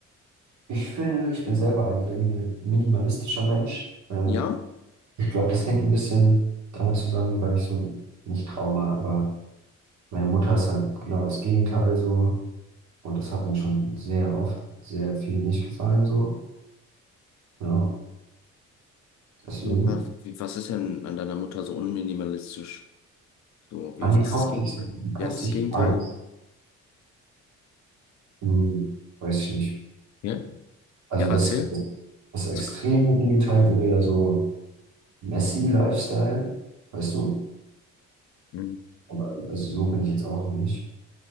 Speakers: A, on the right; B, on the left.
A: ich finde, ich bin selber ein sehr mini- minimalistischer Mensch. Äh,
B: Ja?
A: ich glaube, das hängt ein bisschen damit zusammen, weil ich so nicht Trauma, aber. Meine Mutter ist halt genau das Gegenteil so und das hat mir schon sehr oft sehr viel nicht gefallen so. Ja, deswegen,
B: Wa- wa- wie- Was ist denn an deiner Mutter so unminimalistisch? So, wie,
A: man,
B: was
A: die kauft
B: ist das Gegenteil?
A: sich, die kauft
B: Wie heißt
A: sich
B: das Gegenteil?
A: alles. Hm, weiß ich nicht.
B: Ja,
A: Also
B: ja erzähl.
A: das, das, das
B: Was-
A: extreme Gegenteil wäre ja so Messi-Lifestyle, weißt du?
B: Hm.
A: Aber also so bin ich jetzt auch nicht.